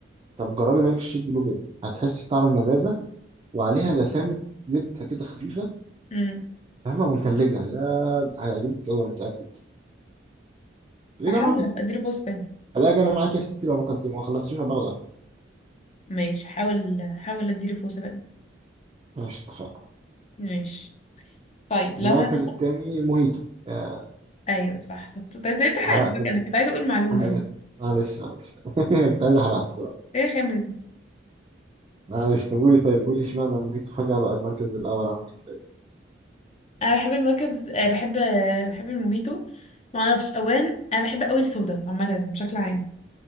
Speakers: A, on the right; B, on the left.
A: طب جربي ميلك شيك بلو بيري هتحسي بطعم المزازه وعليها دسامة زبدة كده خفيفة
B: امم
A: فاهمة ومتلجة يا هيعجبك أوي أنا متأكد إيه
B: هحاول
A: جربي
B: أبقى أديله فرصة تانية
A: ألاقي أنا معاك يا ستي لو ما كنت ما خلصتيش هبقى أخضر
B: ماشي حاول حاول أديله فرصة تانية
A: ماشي اتفقنا
B: ماشي طيب
A: المركز
B: لو هنحط
A: التاني موهيتو آه،
B: <laughs> أيوة صح شطة ده ده تحقق
A: حرقت
B: المفاجأة
A: ال...
B: أنا كنت عايزة أقول معلومة
A: أنا
B: يعني
A: آسف معلش معلش <laughs> كنت عايز أحرقها بصراحة
B: إيه الخامة دي
A: معلش طب قولي طيب قولي اشمعنى موهيتو فجأة بقى المركز الأول عندك تقريبا
B: أنا بحب المركز آه، بحب آه، بحب الموهيتو معرفش أولا أنا بحب أوي الصودا عامة بشكل عام